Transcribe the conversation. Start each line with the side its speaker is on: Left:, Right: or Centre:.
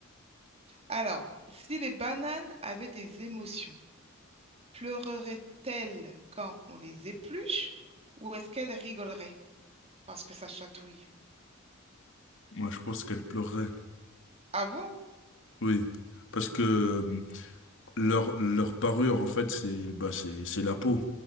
Right: Alors, si les bananes avaient des émotions, pleurerait-elle quand on les épluche ou est-ce qu'elle rigolerait parce que ça chatouille?
Left: Moi, je pense qu'elle pleurerait,
Right: Ah bon?
Left: oui. Parce que euh, leur, leur parure, en fait, c'est bah, c'est, c'est la peau.